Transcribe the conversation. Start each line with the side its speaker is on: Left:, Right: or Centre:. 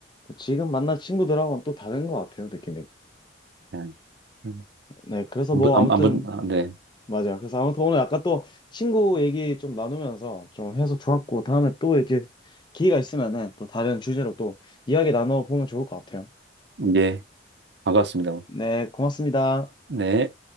Left: 지금 만난 친구들하고는 또 다른 것 같아요 느낌이
Right: 네. 음.
Left: 네 그래서
Right: 안부,
Left: 뭐
Right: 안,
Left: 아무튼
Right: 안부, 아, 네.
Left: 맞아요. 그래서 아무튼 오늘 아까 또 친구 얘기 좀 나누면서 좀 해서 좋았고, 다음에 또 이렇게 기회가 있으면은 또 다른 주제로 또 이야기 나눠보면 좋을 것 같아요.
Right: 예, 반갑습니다.
Left: 네, 고맙습니다.
Right: 네.